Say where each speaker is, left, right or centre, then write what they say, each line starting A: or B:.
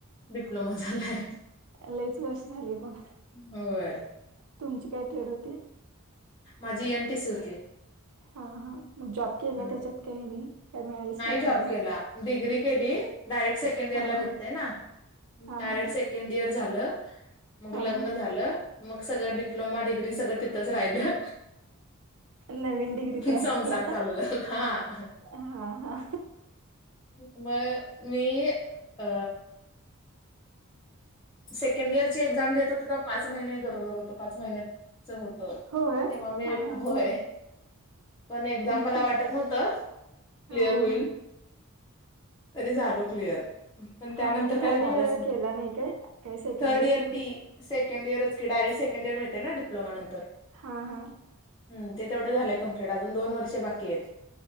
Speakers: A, on the left (about 20°); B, on the right (about 75°).
A: डिप्लोमा झालाय.
B: लईच वर्ष झाली मग
A: होय
B: तुमची काय ट्रेड होती?
A: माझी एन. टी. सी. होती.
B: हा हा मग जॉब केला
A: हम्म.
B: त्याच्यात काय नाही, काय मिळालंच नाही
A: जॉब
B: करायला?
A: केला डिग्री केली डायरेक्ट सेकंड इयर
B: हा
A: ला भेटतय
B: हा
A: ना
B: हा
A: डायरेक्ट
B: हा
A: सेक सेकंड इयर झालं, मग
B: हा
A: लग्न
B: हा
A: झालं, मग सगळं डिप्लोमा- डिग्री सगळं ती थच राहिलं
B: नवीन डिग्री तयार
A: संसार
B: केला
A: चालू झाला. हा
B: हा हा
A: मग मी अ सेकंड इयरची एक्झाम देत होतो तवा पाच महिने गरोदर होतो, पाच महिने होत
B: होय
A: तेव्हा मी
B: हा हा
A: होय पण एक
B: मग
A: मला
B: ते
A: वाटत नव्हत क्लिअर
B: हा
A: होईल
B: हा
A: तरी झालो क्लिअर पण त्यानंतर
B: हा म्हणजे
A: काय
B: थर्ड
A: झालंच
B: इयर
A: नाही
B: केला काय काही सेकंड
A: थर्ड इयर
B: तेवढंच
A: टी सेकंड इयरच की डायरेक्ट सेकंड इयर मिळतंय ना डप्लोमा नंतर
B: हां हां
A: ह ते तेवढे झालंय कंप्लीट अजून दोन वर्ष बाकी आहेत.